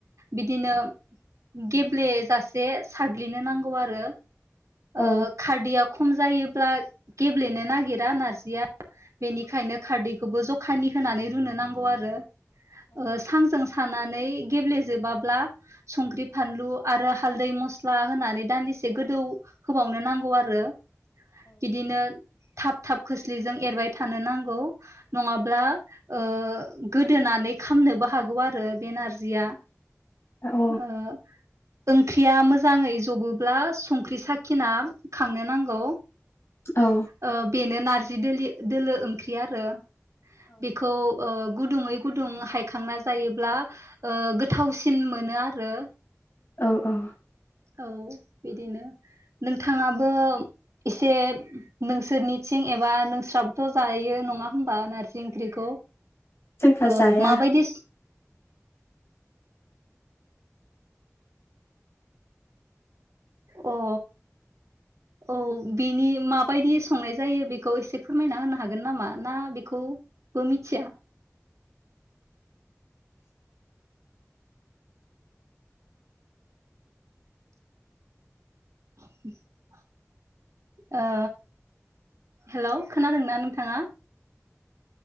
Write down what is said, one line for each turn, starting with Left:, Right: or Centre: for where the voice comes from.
Right: बिदिनो गेब्लेेजासे साग्लिनो नांगौ आरो
Left: औ
Right: ओ खारदैया खम जायोब्ला गेब्लेनो नागिरा नारजिया। बेनिखायनो खारदैखौबो जखानि होनानै रुनो नांगौ आरो ओ सांजों सानानै गेब्लेेजोबाब्ला संख्रि फानलु आरो हालदै मस ला होनानै दान्दिसे गोदौ होबावनो नांगौ आरो बिदिनो थाब थाब खोस्लिजों एरबाय थानो नांगौ नङाब्ला ओ गोदोनानै खामनोबो हागौ आरो बे नारजिया
Left: औ
Right: ओ ओंख्रिया मोज जाङै जबोब्ला संख्रि साखिना खांनो नांगौ।
Left: औ।
Right: ओ बेनो नारजि दोलि दोलो ओंख्रि आरो बेखौ ओ गुदुङै गुदुं हायखांना जायोब्ला ओ गोथावसिन मोनो आरो।
Left: औ औ।
Right: औ बिदिनो नोंथाङाबो एसे नोसोरनिथिं एबा नोंस्राबोथ' जायो नङा होमबा नारजि ओंख्रिखौ
Left: जोंहा
Right: औ
Left: जाया
Right: माबायदिस अ औ बिनि माबायदि संनाय जायो बेखौ एसे फोरमायना होनो हागोन नामा ना बेखौ बो मिथिया? <inaudible> ओ हेलौ खोनादोंना नोंथाङा?